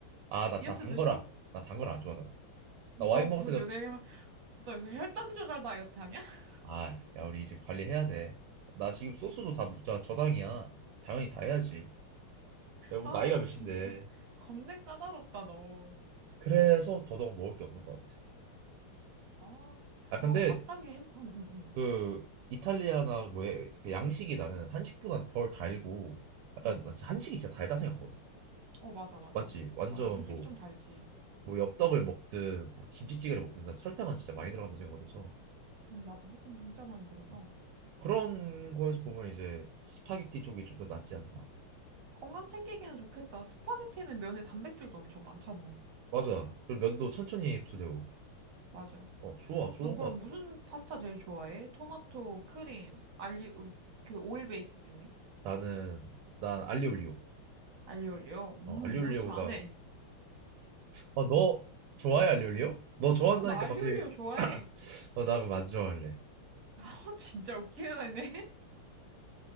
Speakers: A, on the right; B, on the right.
A: 아, 나,
B: 디저트도
A: 나 단거라.
B: 싫어?
A: 나 단거라 안 좋아하잖아.
B: 너
A: 나 와인
B: 무슨
A: 먹을 때도
B: 요새,
A: 치...
B: 혈- 너 요새 혈당 조절 다이어트 하냐? <laughs>
A: 아, 야, 우리 이제 관리해야 돼. 나 지금 소스도 다 무자 저당이야. 당연히 다 해야지. 야, 우리
B: 아,
A: 나이가 몇인데.
B: 진짜. 겁내 까다롭다, 너.
A: 그래서 더더욱 먹을 게 없는 것 같아.
B: 아,
A: 아, 근데
B: 뭐, 마땅히 햄, 응, 응, 응.
A: 그 이탈리아나 뭐 해- 그 양식이 나는 한식보다 덜 달고 약간
B: 응.
A: 나 진짜 한식이 진짜 달다 생각하거든.
B: 어, 맞아, 맞아.
A: 맞지? 완전
B: 맞아. 한식이
A: 뭐
B: 좀 달지.
A: 뭐 엽떡을 먹든 뭐 김치찌개를 먹든 다 설탕은 진짜 많이 들어간다 생각을 해서
B: 음, 맞아. 설탕 진짜 많이 들어가.
A: 어. 그런 거에서 보면 이제 스파게티 쪽이 좀 더 낫지 않나.
B: 건강 챙기기는 좋겠다. 스파게티는 면에 단백질도 엄청 많잖아.
A: 맞아. 그리고 면도 천천히 흡수되고.
B: 맞아.
A: 어, 좋아. 좋은
B: 넌 그럼
A: 것 같아.
B: 무슨 파스타 제일 좋아해? 토마토, 크림, 알리, 으, 그 오일 베이스 중에?
A: 나는, 난 알리올리오.
B: 알리올리오? 음,
A: 어, 알리올리오가.
B: 뭘 좀 안 해.
A: 어, 너 좋아해, 알리올리오? 너 좋아한다니까
B: 음, 나 알리올리오
A: 갑자기.
B: 좋아해.
A: <clears throat> 어, 나 그럼 안 좋아할래.
B: <laughs> 아, 진짜 웃기는 애네.